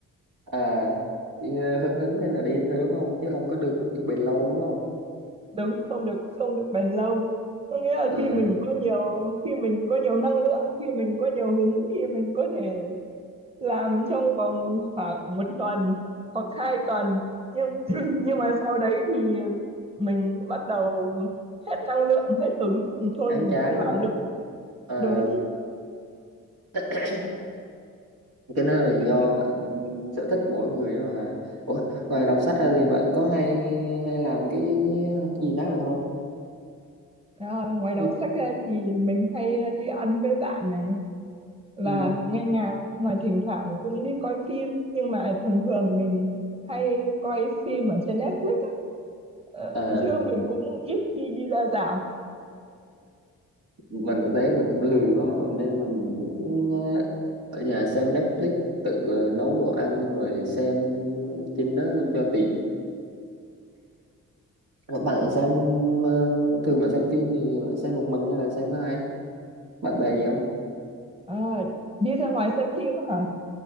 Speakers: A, on the right; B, on the right.
A: à đi, ờ, hứng hứng lên là đi thôi đúng không chứ không có được kiểu bền lâu đúng không
B: <laughs> đúng không được không được bền lâu có nghĩa là
A: ừ.
B: khi mình có nhiều khi mình có nhiều năng lượng khi mình có nhiều hứng thì mình có thể làm trong vòng khoảng một tuần hoặc hai tuần nhưng <clears throat> nhưng mà sau đấy thì mình bắt đầu hết năng lượng hết hứng thì thôi
A: chán
B: mình
A: chán
B: không làm
A: rồi
B: nữa
A: Ờ,
B: đúng
A: <clears throat> cái nơi này
B: thế
A: do bạn- ừ, sở thích của mỗi người ấy mà Ủa, ngoài đọc sách ra thì bạn có hay hay làm cái gì khác nữa không
B: à, ngoài đọc
A: hay...
B: sách ra thì mình hay à, đi ăn với bạn này và
A: ừ.
B: nghe nhạc mà thỉnh thoảng cũng đi coi phim nhưng mà thường thường mình hay coi phim ở trên Netflix á. Ờ,
A: à,
B: chứ mình cũng ít khi đi ra rạp
A: mình cũng thế mình cũng lười quá mình nên mình cũng ờ, ở nhà xem Netflix tự ờ, nấu đồ ăn rồi xem trên đó luôn cho tiện Ờ, Bạn xem ờ, thường bạn xem phim thì bạn xem một mình hay là xem với ai? Bạn bè gì không?
B: à, đi ra ngoài xem phim hả